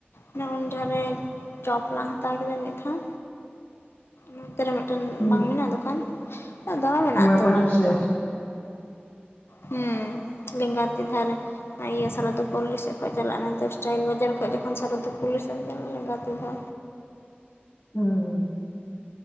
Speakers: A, on the left; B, on the left.
A: ᱚᱱᱮ ᱩᱱ ᱡᱟᱸᱦᱟᱨᱮ ᱪᱚᱯ ᱞᱟᱝ ᱦᱟᱛᱟᱣ ᱠᱮᱫᱟ ᱢᱤᱫ ᱫᱷᱟᱣ
B: <inaudible>
A: ᱱᱚᱱᱛᱮ ᱨᱮ ᱢᱤᱫᱴᱮᱱ
B: ᱦᱩᱸ
A: ᱵᱟᱝ ᱢᱮᱱᱟᱜ-ᱟ ᱫᱚᱠᱟᱱ ᱟᱫᱚ ᱢᱮᱱᱟᱜ
B: ᱚᱱᱟ ᱚᱯᱚᱡᱤᱴ
A: ᱛᱟᱢᱟ ᱱᱤᱛᱚᱜ
B: ᱥᱟᱭᱤᱰ
A: ᱦᱩᱸ ᱞᱮᱸᱜᱟᱛᱤ ᱫᱷᱟᱨᱮ ᱤᱭᱟᱹ ᱥᱟᱨᱟᱚᱫ ᱯᱚᱞᱞᱤ ᱥᱮᱫ ᱠᱷᱡ ᱪᱟᱞᱟᱜ ᱚᱱᱮ ᱚᱱᱛᱮ ᱥᱴᱟᱭᱤᱞ ᱵᱟᱡᱟᱨ ᱠᱷᱚᱱ ᱡᱚᱠᱷᱚᱱ ᱥᱟᱨᱟᱚᱫᱟᱯ ᱯᱚᱞᱞᱤ ᱥᱮᱫᱮᱢ ᱪᱟᱞᱟᱜ ᱞᱮᱸᱜᱟ ᱛᱤ ᱫᱷᱟ
B: <inaudible> ᱦᱩᱸ